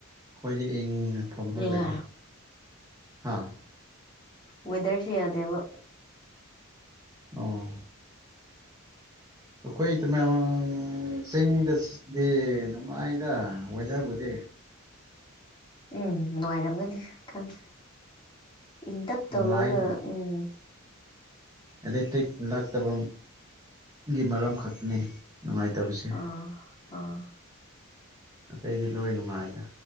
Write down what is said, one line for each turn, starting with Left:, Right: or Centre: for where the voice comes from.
Right: ꯑꯩꯈꯣꯏꯗꯤ ꯏꯅ ꯐꯝꯅꯕ ꯂꯩꯅ
Left: ꯍꯥ
Right: ꯍꯥꯥ
Left: ꯃꯗꯜꯁꯤꯌꯥꯗꯦꯕ
Right: ꯑꯣ ꯑꯩꯈꯣꯏ ꯇꯨꯃꯣꯅ ꯆꯤꯡꯗꯗꯤ ꯅꯨꯡꯉꯥꯏꯔ ꯋꯦꯗꯔꯕꯨꯗꯤ
Left: ꯎꯝ ꯅꯨꯡꯉꯥꯏꯔꯝꯒꯗꯤ ꯈꯡꯡꯤ ꯏꯡ ꯇꯛ ꯇꯧꯔꯒꯥ
Right: ꯂꯥꯏ
Left: ꯎꯝ
Right: ꯏꯂꯦꯛꯇ꯭ꯔꯤꯛ ꯅꯇꯥꯕꯥꯝ ꯒꯤ ꯃꯔꯝ ꯈꯛꯇꯅꯤ ꯅꯨꯡꯉꯥꯏꯇꯕꯁꯦ
Left: ꯑꯥ ꯑꯥ
Right: ꯑꯇꯩꯗꯤ ꯂꯣꯏ ꯅꯨꯡꯉꯥꯏꯗ